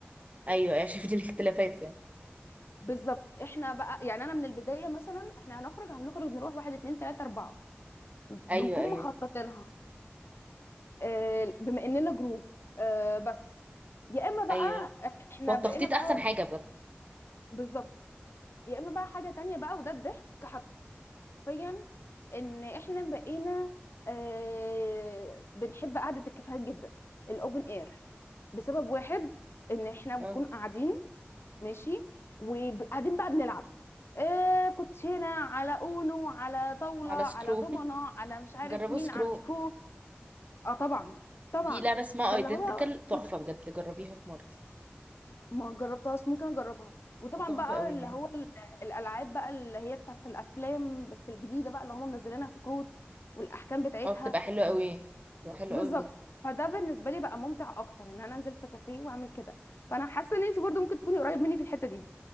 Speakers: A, on the right (about 35°); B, on the left (about 75°).
A: ايوه ايوه شفت الاختلافات يعني
B: بالظبط احنا بقى يعني انا من البدايه مثلا احنا هنخرج هنخرج نروح واحد اتنين تلاته اربعه بنكون
A: ايوه ايوه
B: مخططينها آه، بما اننا جروب آه، بس يا اما
A: ايوه
B: بقى احنا
A: والتخطيط
B: بقينا بقى
A: احسن حاجه بجد
B: بالظبط يا اما بقى حاجه تانية بقى وده الضحك حرفيا ان احنا بقينا آه، بنحب قعده الكافيهات جدا الاوبن اير بسبب واحد ان احنا بنكون
A: اه
B: قاعدين ماشي وقاعدين بقى بنلعب آه كنت هنا على اونو على طاولة
A: على
B: على
A: سكرو
B: دومنة
A: <laughs>
B: على مش عارف
A: جربوا
B: مين
A: سكرو
B: على سكرو اه طبعا طبعا
A: في لعبه اسمها
B: فاللي
A: ايدنتيكال
B: هو
A: تحفه
B: كده
A: بجد جربيها في مره
B: ما جربتهاش ممكن اجربها وطبعا
A: تحفه
B: بقى
A: قوي
B: اللي
A: من
B: هو ال- الالعاب بقى اللي هي بتاعت الافلام بس الجديده بقى اللي هم منزلينها في كروت والاحكام بتاعتها
A: اه بتبقى حلوه قوي بتبقى حلوه
B: بالظبط
A: قوي بجد
B: فده بالنسبه لي بقى ممتع اكتر ان انا انزل في كافيه واعمل كده فانا حاسه ان انت برضو ممكن تكوني قريب مني في الحته دي